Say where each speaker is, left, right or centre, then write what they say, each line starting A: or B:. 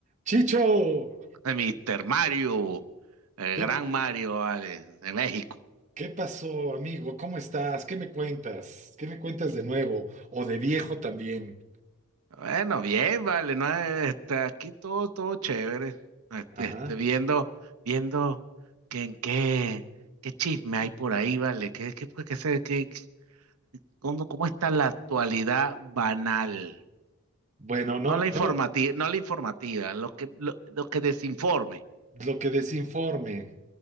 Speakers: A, on the right; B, on the right.
A: Chicho,
B: eh, Mister Mario, el
A: ¿qué,
B: gran Mario, vale, de México.
A: qué pasó, amigo? ¿Cómo estás? ¿Qué me cuentas? ¿Qué me cuentas
B: Bien.
A: de nuevo? O de viejo también.
B: Bueno, bien, vale, no, este, aquí todo, todo chévere. Este,
A: Ajá.
B: este, viendo, viendo que en qué, qué chisme hay por ahí, vale, qué, qué, pues, qué se- qué- qué- cómo, cómo está la actualidad banal.
A: Bueno, no,
B: No la informativa,
A: no,
B: no la informativa, lo que, lo, lo que desinforme.
A: lo que desinforme.